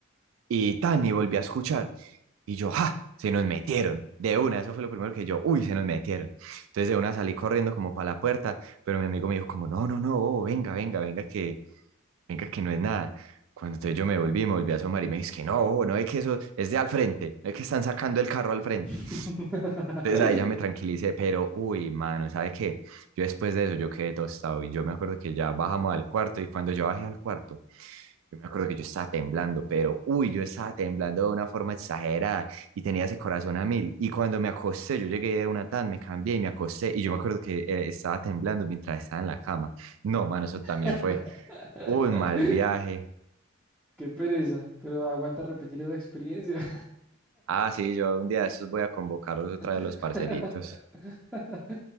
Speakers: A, on the right; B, in the centre.
A: Y tan, y volví a escuchar. Y yo, ¡ja! Se nos metieron. De una, eso fue lo primero que yo, uy, se nos metieron. Entonces de una salí corriendo como para la puerta, pero mi amigo me dijo como, no, no, no, bobo, venga, venga, venga, que, venga, que no es nada. Cuando entonces yo me volví, me volví a asomar y me dije, es que no, bobo, no es que eso es de al frente, no es que están sacando el carro al frente.
B: <laughs>
A: Entonces ahí ya me tranquilicé, pero uy, mano, ¿sabe qué? Yo después de eso yo quedé tostado y yo me acuerdo que ya bajamos al cuarto y cuando yo bajé al cuarto, yo me acuerdo que yo estaba temblando, pero uy, yo estaba temblando de una forma exagerada y tenía ese corazón a mil. Y cuando me acosté, yo llegué de una tan, me cambié y me acosté y yo me acuerdo que eh, estaba temblando mientras estaba en la cama. No, mano, eso también
B: <laughs>
A: fue un mal viaje.
B: Qué pereza, pero aguanta repetir esa experiencia.
A: Ah, sí, yo un día de estos voy a convocarlos otra vez a
B: <laughs>
A: los parceritos.